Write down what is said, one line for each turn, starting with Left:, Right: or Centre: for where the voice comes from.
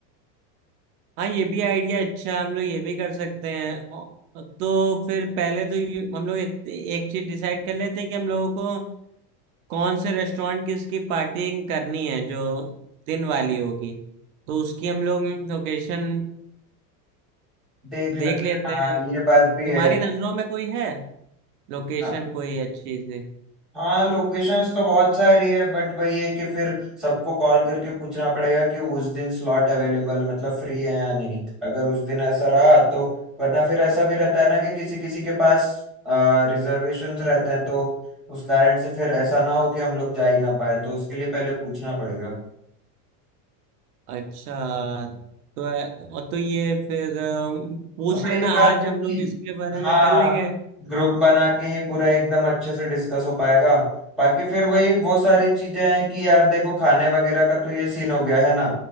Right: हाँ ये भी आइडिया अच्छा है, हम लोग ये भी कर सकते हैं औ- तो फिर पहले तो ये- हम लोग एक एक चीज डिसाइड कर लेते हैं कि हम लोगों को कौन से रेस्टोरेंट की इसकी पार्टी करनी है जो दिन वाली होगी तो उसकी हम लोग लोकेशन
Centre: देख लेते
Right: देख लेते
Centre: हैं हाँ
Right: हैं
Centre: ये बात भी
Right: तुम्हारी
Centre: है
Right: नजरों में कोई है लोकेशन
Centre: हाँ।
Right: कोई अच्छी सी
Centre: हाँ लोकेशंस तो बहुत सारी है बट वही है कि फिर सबको कॉल करके पूछना पड़ेगा कि उस दिन स्लॉट अवेलेबल मतलब फ्री है या नहीं अगर उस दिन ऐसा रहा तो वरना फिर ऐसा भी रहता है ना कि किसी किसी के पास रिजर्वेशंस रहते हैं तो उस कारण से फिर ऐसा ना हो कि हम लोग जा ही ना पाए तो उसके लिए पहले पूछना पड़ेगा
Right: अच्छा तो और तो ये फिर अम, पूछ
Centre: वही
Right: लेना
Centre: बात
Right: आज
Centre: है
Right: हम
Centre: कि
Right: लोग इसके बारे में
Centre: हाँ
Right: कर लेंगे
Centre: ग्रुप बना के ही पूरा एकदम अच्छे से डिस्कस हो पाएगा बाकी फिर वही वो सारी चीजें हैं कि यार देखो खाने वगैरह का तो ये सीन हो गया है ना